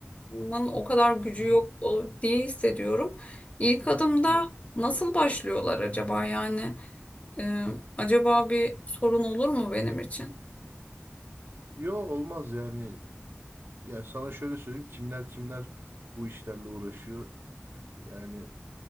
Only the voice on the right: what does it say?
Hı-hı.
Evet.
Yo olmaz yani. Ya sana şöyle söyleyeyim kimler kimler bu işlerle uğraşıyor. Yani